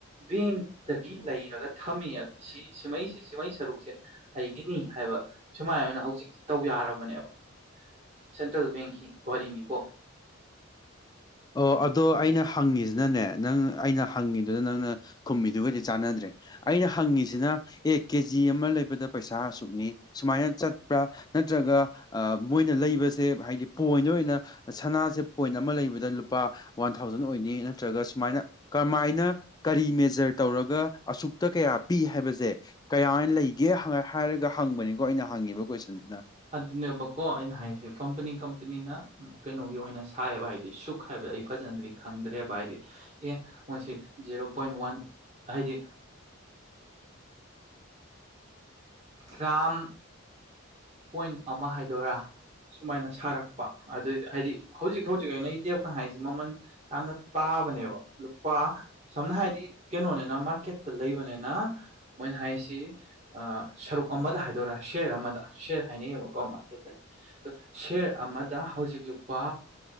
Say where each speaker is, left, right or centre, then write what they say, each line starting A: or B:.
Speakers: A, on the right; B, on the left.
A: ꯕꯦꯡꯇꯒꯤ ꯂꯩꯔꯒ ꯊꯝꯃꯤ ꯁꯤ ꯁꯨꯃꯩꯁꯦ ꯁꯨꯃꯩ ꯁꯔꯨꯛꯁꯦ ꯑꯩꯒꯤꯅꯤ ꯍꯥꯏꯕ ꯁꯨꯃꯥꯏꯅ ꯑꯣꯏꯅ ꯍꯧꯖꯤꯛꯇꯁꯤ ꯇꯧ ꯌꯥꯔꯕꯅꯦꯕ ꯁꯦꯟꯇ꯭ꯔꯦꯜ ꯕꯦꯡꯀꯤ ꯋꯥꯔꯤꯅꯤꯀꯣ
B: ꯑꯣ ꯑꯗꯣ ꯑꯩꯅ ꯍꯪꯉꯤꯁꯤꯅꯅꯦ ꯅꯪ ꯑꯩꯅ ꯍꯪꯉꯤꯗꯨꯗ ꯅꯪꯅ ꯈꯨꯝꯕꯤꯗꯨꯒꯗꯤ ꯆꯥꯟꯅꯗ꯭ꯔꯦ ꯑꯩꯅ ꯍꯪꯉꯤꯁꯤꯅ ꯑꯦ ꯀꯦꯖꯤ ꯑꯃ ꯂꯩꯕꯗ ꯄꯩꯁꯥ ꯑꯁꯨꯛꯅꯤ ꯁꯨꯃꯥꯏꯅ ꯆꯠꯄ꯭ꯔꯥ ꯅꯠꯇ꯭ꯔꯒ ꯃꯣꯏꯅ ꯂꯩꯕꯁꯦ ꯍꯥꯏꯗꯤ ꯄꯣꯏꯟ ꯑꯣꯏꯅ ꯁꯅꯥꯁꯦ ꯄꯣꯏꯟ ꯑꯃ ꯂꯩꯕꯗ ꯂꯨꯄꯥ ꯋꯥꯟ ꯊꯥꯎꯖꯟ ꯑꯣꯏꯅꯤ ꯅꯠꯇ꯭ꯔꯒ ꯁꯨꯃꯥꯏꯅ ꯀꯃꯥꯏꯅ ꯀꯔꯤ ꯃꯦꯖꯔ ꯇꯧꯔꯒ ꯑꯁꯨꯛꯇ ꯀꯌꯥ ꯄꯤ ꯍꯥꯏꯕꯁꯦ ꯀꯌꯥ ꯂꯩ ꯒꯦ ꯍꯥꯏꯔꯒ ꯍꯪꯕꯅꯤꯀꯣ ꯑꯩꯅ ꯍꯪꯉꯤꯕ ꯀꯣꯏꯁꯟꯗꯨꯅ
A: ꯑꯗꯨꯅꯦꯕꯀꯣ ꯑꯩꯅ ꯍꯥꯏꯁꯦ ꯀꯝꯄꯅꯤ ꯀꯝꯄꯅꯤꯅ ꯀꯩꯅꯣꯒꯤ ꯑꯣꯏꯅ ꯁꯥꯏꯌꯦꯕ ꯍꯥꯏꯗꯤ ꯁꯨꯛ ꯍꯥꯏꯕꯗ ꯑꯩ ꯐꯖꯅꯗꯤ ꯈꯪꯗ꯭ꯔꯦꯕ ꯍꯥꯏꯗꯤ ꯑꯦ ꯃꯣꯏꯁꯤ ꯖꯦꯔꯣ ꯄꯣꯏꯟ ꯋꯥꯟ ꯍꯥꯏꯗꯤ ꯒ꯭ꯔꯥꯝ ꯄꯣꯏꯟ ꯑꯃ ꯍꯥꯏꯗꯣꯏꯔꯥ ꯁꯨꯃꯥꯏꯅ ꯁꯥꯔꯛꯄ ꯑꯗꯨꯗꯤ ꯍꯥꯏꯗꯤ ꯍꯧꯖꯤꯛ ꯍꯧꯖꯤꯛ ꯑꯩꯅ ꯏꯇꯦꯞꯀ ꯍꯥꯏꯁꯤ ꯃꯃꯜ ꯌꯥꯝꯅ ꯇꯥꯕꯅꯦꯕ ꯂꯨꯄꯥ ꯁꯝꯅ ꯍꯥꯏꯗꯤ ꯀꯩꯅꯣꯅꯤꯅ ꯃꯥꯔꯀꯦꯠꯇ ꯂꯩꯕꯅꯤꯅ ꯃꯣꯏꯅ ꯍꯥꯏꯁꯤ ꯁꯔꯨꯛ ꯑꯃꯗ ꯍꯥꯏꯗꯣꯏꯔꯥ ꯁꯤꯌꯔ ꯑꯃꯗ ꯁꯤꯌꯔ ꯍꯥꯏꯅꯩꯌꯦꯕꯀꯣ ꯃꯥꯔꯀꯦꯠꯇꯗꯤ ꯑꯗꯣ ꯁꯤꯦꯌꯔ ꯑꯃꯗ ꯍꯧꯖꯤꯛ ꯂꯨꯄꯥ